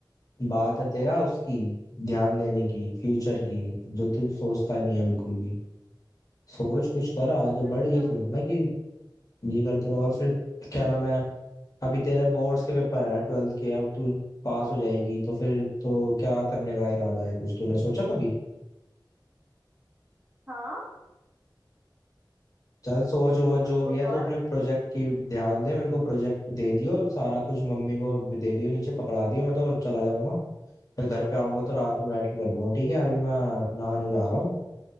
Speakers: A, on the left; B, on the right.
A: बात है तेरा उसकी ध्यान देने की फ्यूचर की जो तू सोचता नहीं है बिल्कुल भी सोच कुछ कर आगे बढ़
B: अच्छा
A: ये थोड़ी ना कि ये करते रहो और फिर क्या नाम है अभी तेरे बोर्ड्स के पेपर हैं ट्वेल्थ के अब तू पास हो जाएगी तो फिर तो क्या करने का इरादा है कुछ तूने सोचा कभी
B: हाँ
A: चल सोच वो जो
B: सब सोचा
A: भी है तू
B: हुआ है
A: अपने
B: मैंने
A: प्रोजेक्ट की ध्यान दे मेरे को प्रोजेक्ट दे दियो सारा कुछ मम्मी को दे दियो नीचे पकड़ा दियो मैं तो चला जाऊंगा फिर घर पे आऊंगा तो रात में बैठ के कर दूंगा ठीक है अभी मैं नहाने जा रहा हूँ